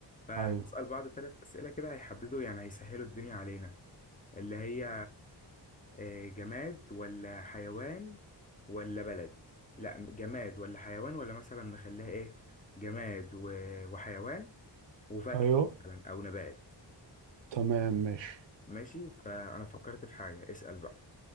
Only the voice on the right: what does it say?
ايوه
ايوه
تمام ماشي